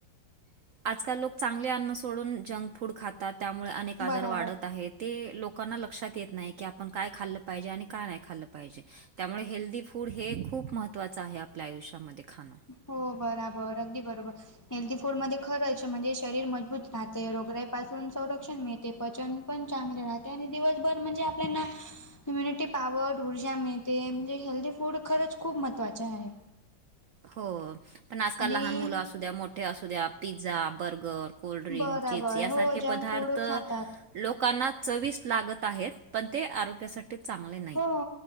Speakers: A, on the right; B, on the left.
A: आजकाल लोक चांगले अन्न सोडून जंक फूड खातात त्यामुळे अनेक आजार
B: बराबर
A: वाढत आहेत. ते लोकांना लक्षात येत नाही की आपण काय खाल्लं पाहिजे आणि काय नाही खाल्लं पाहिजे. त्यामुळे हेल्दी फूड हे खूप महत्त्वाचं आहे आपल्या आयुष्यामध्ये खाणं!
B: हो बराबर अगदी बरोबर. हेल्थी फूड मध्ये खरंच म्हणजे शरीर मजबूत राहते. रोगरायापासून संरक्षण मिळते पचन पण चांगले राहते आणि दिवसभर म्हणजे आपल्याना हम्युनिटी पावर ऊर्जा मिळते म्हणजे हेल्दीी फूड खरंच खूप महत्त्वाचें आहे.
A: हो पण आजकाल
B: आणि
A: लहान मुलं असूद्या मोठ्या असू द्या पिझ्झा बर्गर कोल्ड्रिंक
B: बराबर
A: चिप्स यासारखे
B: हो जंक
A: पदार्थ
B: फूड खातात.
A: लोकांना चवीस लागत आहेत पण ते आरोग्यासाठी ते चांगले नाही.
B: हो!